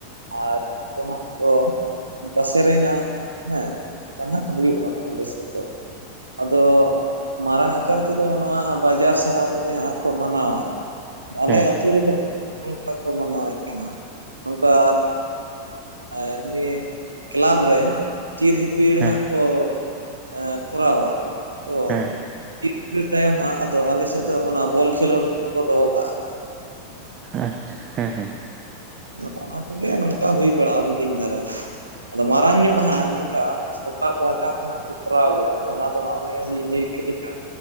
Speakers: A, on the right (about 80°); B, on the right (about 30°).
A: ᱟᱨ ᱟᱠᱚ ᱦᱟᱸᱜ ᱠᱚ ᱱᱚᱠᱟ ᱥᱮᱨᱮᱧᱟ ᱦᱮᱸ, ᱡᱟᱦᱱᱟᱜ ᱦᱳᱭᱩᱜᱼᱟ ᱟᱞᱮ ᱥᱮᱫ ᱫᱚ? ᱟᱫᱚ ᱢᱟᱨᱟᱝ ᱟᱠᱟᱨ ᱛᱮᱫᱚ, ᱱᱚᱶᱟ ᱵᱟᱡᱟᱨ ᱥᱟᱦᱟᱨ ᱨᱮᱜᱮ, ᱦᱟᱸᱜ ᱠᱚ ᱢᱟᱱᱟᱶᱼᱟ। ᱟᱞᱮ
B: ᱦᱮᱸ
A: ᱟᱹᱛᱳ ᱨᱮᱫᱚ ᱱᱚᱝᱠᱟ ᱠᱚ ᱢᱟᱱᱟᱣᱮᱜ ᱠᱟᱱᱟ ᱱᱚᱝᱠᱟ ᱟᱞᱮ ᱠᱞᱟᱵᱽ ᱨᱮ, ᱪᱤᱨ ᱦᱤᱯᱤᱲ
B: ᱦᱮᱸ
A: ᱦᱟᱸᱜ ᱠᱚ ᱮᱸ ᱠᱚᱨᱟᱣᱟ ᱟᱫᱚ।
B: ᱦᱮᱸ ᱦᱮᱸ
A: ᱜᱤᱫ ᱜᱨᱟᱹ ᱛᱟᱭᱚᱢ ᱦᱟᱸᱜ ᱟᱫᱚ ᱟᱞᱮᱥᱮᱫ ᱫᱚ ᱚᱱᱟ ᱵᱚᱞ ᱠᱷᱮᱞᱳᱰ ᱠᱚ ᱫᱚᱦᱚ ᱠᱟᱜᱼᱟ।
B: ᱟᱪᱪᱷᱟ ᱦᱮᱸ ᱦᱮᱸ।
A: ᱟ ᱚᱱᱟ ᱠᱚᱜᱮ ᱱᱚᱝᱠᱟ ᱦᱩᱭ ᱵᱟᱲᱟᱜᱼᱟ ᱦᱩᱰᱤᱧ ᱫᱷᱟᱨᱟ ᱜᱮ। ᱟᱫᱚ ᱢᱟᱨᱟᱝ ᱧᱚᱜ ᱦᱟᱸᱜ ᱱᱚᱝᱠᱟ। ᱥᱚᱨᱠᱟᱨ ᱯᱟᱦᱴᱟ ᱠᱷᱚᱱᱟᱜ ᱠᱚ ᱠᱚᱨᱟᱣ ᱫᱟ ᱚᱱᱟ ᱫᱚ ᱟᱞᱤᱧ ᱞᱤᱝ ᱞᱟ. ᱭ ᱠᱮᱫ ᱞᱮᱠᱟ।